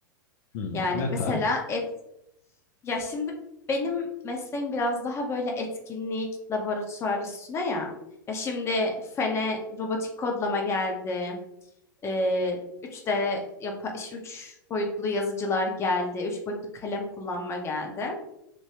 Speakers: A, on the left; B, on the left.
A: Hmm,
B: Yani
A: ne
B: mesela
A: tarz?
B: et ya şimdi benim mesleğim biraz daha böyle etkinlik laboratuvar üstüne ya. Ya şimdi fene robotik kodlama geldi. Ee, 3D yapa, 3 boyutlu yazıcılar geldi. üç boyutlu kalem kullanma geldi